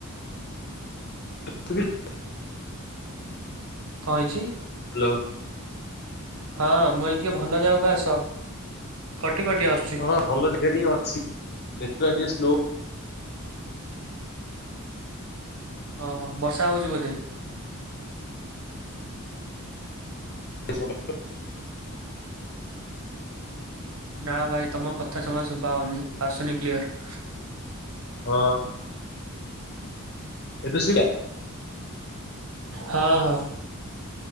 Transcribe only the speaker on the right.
କଣ ହେଇଚି?
ହଁ, ମୁଁ <unintelligible> ଟିକେ ଭଲ ଜାଗାକୁ ଆସ। କଟି କଟି ଆସୁଛି
ଓହୋ, ବର୍ଷା ହଉଚି ବୋଧେ?
ନାଁ ଭାଇ ତମ କଥା ଜମା ଶଭା ହଉନି ଆସୁନି କ୍ଲିୟର।
ହଁ-ହଁ।